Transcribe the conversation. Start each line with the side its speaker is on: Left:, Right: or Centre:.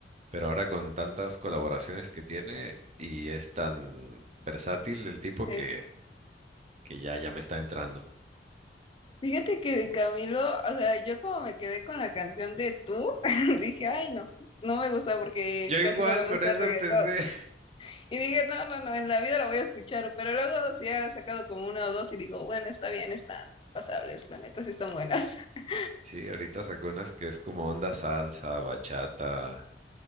Right: Pero ahora con tantas colaboraciones que tiene y es tan versátil el tipo
Left: <laughs>
Right: que, que ya, ya me está entrando.
Left: Fíjate que de Camilo, o sea, yo como me quedé con la canción de Tú, <laughs> dije, ay, no, no me gusta porque
Right: Yo igual
Left: casi no me
Right: con
Left: gusta
Right: eso
Left: el reggaetón.
Right: empecé. <laughs>
Left: Y dije, no, no, no, en la vida la voy a escuchar, pero luego sí ha sacado como una o dos y digo, bueno, está bien, están pasables, la neta sí están buenas. <laughs>
Right: Sí, ahorita sacó unas que es como onda salsa, bachata,